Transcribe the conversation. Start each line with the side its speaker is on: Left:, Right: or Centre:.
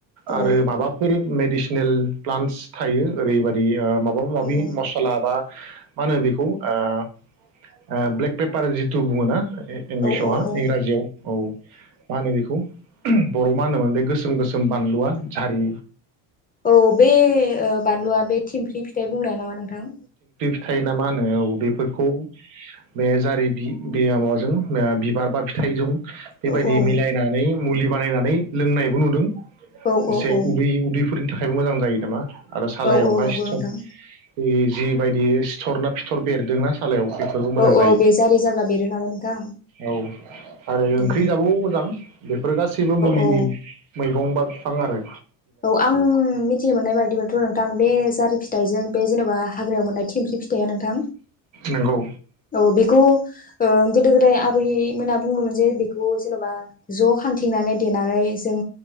Left: औ
Right: आरो माबाफोर मेडिसिनेल प्लान्टस थायो ओरैबायदि ओ माबा माबि
Left: औ औ
Right: मसला बा मा होनो बेखौ ओ औ ब्लेक पेपार जिथु बुङोना इंलिसावहा
Left: औ औ
Right: इंराजियाव औ मा होनो बेखौ बर' आव मा होनोमोन बे गोसोम गोसोम बानलुआ जारि
Left: औ बे ओ बानलुआ बे थिमफ्रि फिथाइ बुंनायाया नामा नोंथां?
Right: थायो ना मा होनो औ बेफोरखौ बे जारि बि बि माबाजों ओ बिबार बा फिथाइजों बेबायदि
Left: औ औ
Right: मिलायनानै मुलि बानायनानै लोंनायबो नुदों।
Left: औ
Right: एसे
Left: औ औ
Right: उदै उदैफोरनि थाखाय थाखायबो मोजां जायो नामा? आरो सालायावहाय
Left: औ औ नंगौ
Right: सिथर
Left: नोंथां
Right: ओइ जि बेबायदि सिथर ना फिथर बेरदोंना सालायाव बेफोरबो मोजां
Left: औ
Right: जायो
Left: औ बे जारि जाब्ला बेरो नालाय नोंथां।
Right: औ आरो ओंख्रि
Left: औ
Right: जाबाबो मोजां बेफोर गासैबो मुलिनि
Left: औ
Right: मै गंबा बिफां आरो
Left: औ आं मिथिनो मोननाय बायदिब्लाथ' नोंथां बे जारि फिथाइजों बे जेनेबा हाग्रायाव मोननाय। ख्लि फिथाया नोंथां
Right: नंगौ
Left: औ बेखौ ओ गोदो गोदाय बै मोना बुङोमोन जे। जेन'बा ज' खा नानै देनानै जों